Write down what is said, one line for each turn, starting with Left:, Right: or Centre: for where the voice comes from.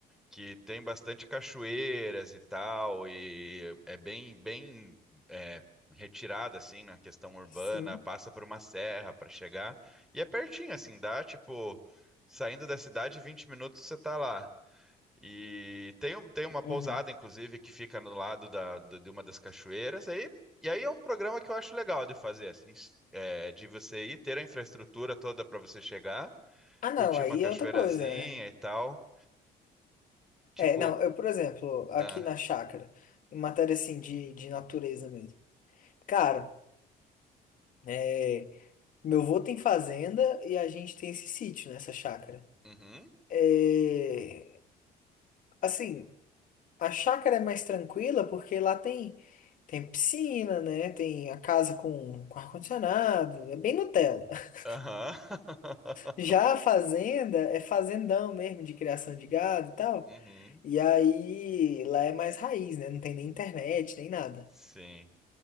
Centre: que tem bastante cachoeiras e tal, e é bem, bem é, retirada, assim, na questão urbana,
Left: Sim.
Centre: passa por uma serra para chegar, e é pertinho, assim, dá, tipo, saindo da cidade, 20 minutos você tá lá. E tem, um- tem uma pousada,
Left: Uhum.
Centre: inclusive, que fica no lado da, do- de uma das cachoeiras. Aí, e aí é um programa que eu acho legal de fazer, assim, s- é, de você ir ter a infraestrutura toda para você chegar,
Left: Ah, não,
Centre: curtir
Left: aí
Centre: uma cachoeirazinha
Left: é outra coisa, né?
Centre: e tal. Tipo,
Left: É, não, eu, por exemplo, aqui
Centre: ah,
Left: na chácara, em matéria assim de, de natureza mesmo. Cara, é, meu avô tem fazenda e a gente tem esse sítio nessa chácara.
Centre: uhum,
Left: É, assim, a chácara é mais tranquila porque lá tem tem piscina, né? Tem a casa com, com ar-condicionado, é bem Nutella. <laughs>
Centre: aham, <laughs>
Left: Já a fazenda é fazendão mesmo de criação de gado e tal.
Centre: uhum,
Left: E aí, lá é mais raiz, né? Não tem nem internet, nem nada.
Centre: sim,